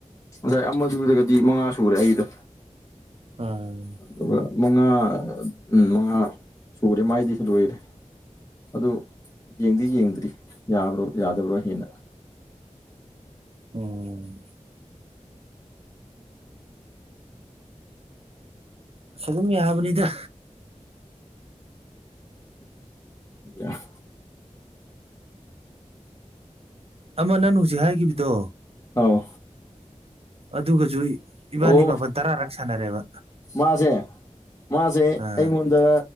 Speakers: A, on the left; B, on the right.
A: ꯉꯁꯥꯏ ꯑꯃꯗꯨꯗꯥꯒꯗꯤ ꯃꯉꯥ ꯁꯨꯔꯦ ꯑꯩꯒꯤꯗꯣ
B: ꯎꯨꯝ
A: ꯑꯗꯨꯒ ꯃꯉꯥ ꯎ ꯃꯉꯥ ꯁꯨꯔꯦ ꯃꯥꯏꯗꯤꯁꯨ ꯂꯣꯏꯔꯦ ꯑꯗꯨ ꯌꯦꯡꯗꯤ ꯌꯦꯡꯗ꯭ꯔꯤ ꯌꯥꯕ꯭ꯔꯣ ꯌꯥꯗꯕ꯭ꯔꯣ ꯍꯦꯟꯅ
B: ꯎꯝ ꯁ ꯑꯗꯨꯝ ꯌꯥꯕꯅꯤꯗ
A: ꯌꯥ
B: ꯑꯃ ꯅꯪ ꯍꯧꯖꯤꯛ ꯍꯥꯏꯈꯤꯕꯗꯣ
A: ꯑꯥꯎ
B: ꯑꯗꯨꯒꯁꯨ ꯏꯕꯥꯅꯤ
A: ꯑꯣ
B: ꯃꯥꯄꯜ ꯇꯔꯥꯔꯛ ꯁꯥꯟꯅꯔꯦꯕ
A: ꯃꯥꯁꯦ ꯃꯥꯁꯦ
B: ꯑꯥ
A: ꯑꯩꯉꯣꯟꯗ